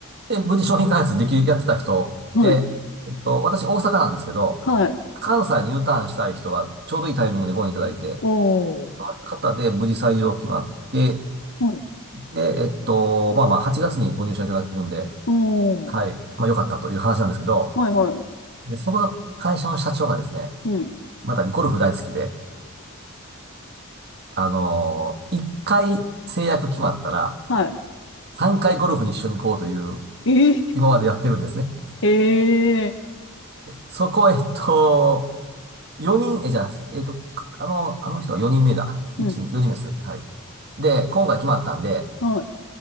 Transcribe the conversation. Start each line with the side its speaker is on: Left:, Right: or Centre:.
Right: で、無事商品開発でき、やってた人で、
Left: はい。
Right: えっと、私大阪なんですけど、
Left: はい。
Right: 関西に U ターンしたい人がちょうどいいタイミングでご縁いただいて、
Left: おー、
Right: その方で無事採用決まって、
Left: はい。
Right: で、えっと、まあまあ、8月にご入社いただくんで、
Left: う
Right: はい、
Left: ん。
Right: まあ良かったという話なんですけど、
Left: はいはい。
Right: で、そこの会社の社長がですね、
Left: うん。
Right: またゴルフ大好きで、あのー、1回制約決まったら、
Left: はいはいは
Right: 3回ゴルフに一緒に行こうという、
Left: うんい
Right: 今までやってるんですね。
Left: へえはいはいおーはいおんはいはいうんはいええ、へー
Right: そこ、えっと、4人、え、じゃあ、えっと、かあの、あの人は4人目だ。
Left: うん。
Right: 1、2、4人目ですね。はい。で、今回決まったんで、
Left: はい。